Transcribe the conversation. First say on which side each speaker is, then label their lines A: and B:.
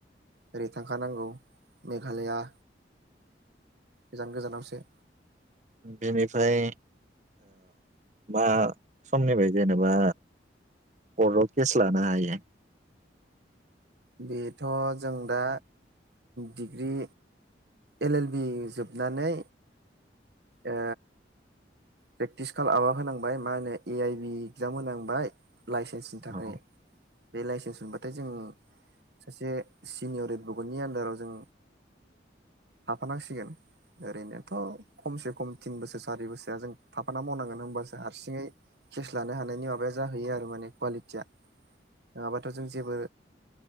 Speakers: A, on the right; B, on the right.
A: ओरै थांखानांगौ मेघालया। गोजान गोजानावसो।
B: बेनिफ्राय मा ओ समनिफ्राय जेनेबा कर्टआव केस लानो हायो।
A: बेथ जों दा डिग्रि एल एल बि जोबनानै ओ प्रेकटिस खालामाबा होनांबाय मा होनो ए आइ बि एक्जाम होनांबाय। लाइसेन्सनि थाखै।
B: औ
A: बे लाइसेन्स मोनबाथाय जों सासे सिनियर एडबकेदनि आन्दाराव जों हाफानांसिगोन ओरैनोथ खमसे खम थिन बोसोर सारि बोसोरा जों थाफाना मावनांगोन होनबासो हारसिङै केस लानो हानायनि माबाया जाहैयो आरो माने कुवालिटिया नङाबाथ' जों जेबो